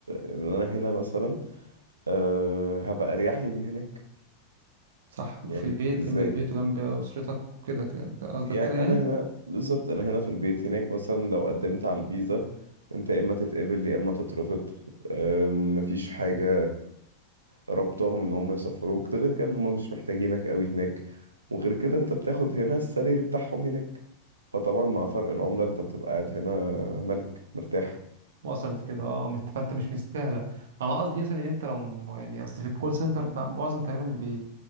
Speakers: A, on the right; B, on the right.
A: ان انا هنا مثلا أه هبقى اريح لي من هناك
B: صح
A: يعني
B: في البيت
A: ازاي
B: جنب البيت وجنب اسرتك وكده كده أنت قصدك
A: يعني
B: كده يعني
A: انا هنا بالظبط انا هنا في البيت هناك مثلا لو قدمت على الفيزا انت يا اما تتقبل يا اما تترفض أم، مفيش حاجه ربطهم ان هم يسفروك ده غير كده ان هم مش محتاجينك قوي هناك وغير كده انت بتاخد هنا السالري بتاعهم هناك فطبعا مع فرق العمله انت بتبقى قاعد هنا ملك مرتاح
B: وصلت كده اه مت- فانت مش مستاهله انا قصدي مثلا ان انت لو يعني اصل في الكول سنتر ب- معظم تقريبا اللي بي